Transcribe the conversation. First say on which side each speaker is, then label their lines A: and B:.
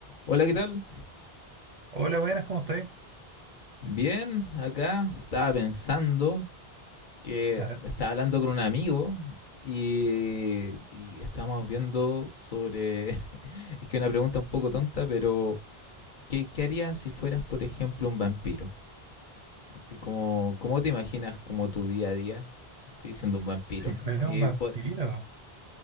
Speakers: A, on the left; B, on the right.
A: Hola, ¿qué tal?
B: Hola, buenas, ¿cómo estáis?
A: Bien, acá estaba pensando que
B: A ver,
A: estaba hablando con un amigo y, y estábamos viendo sobre, <laughs> es que una pregunta un poco tonta, pero ¿qué, qué harías si fueras, por ejemplo, un vampiro? Así como, ¿cómo te imaginas como tu día a día? Sí, siendo un vampiro.
B: si fuera
A: Y,
B: un vampiro.
A: pues,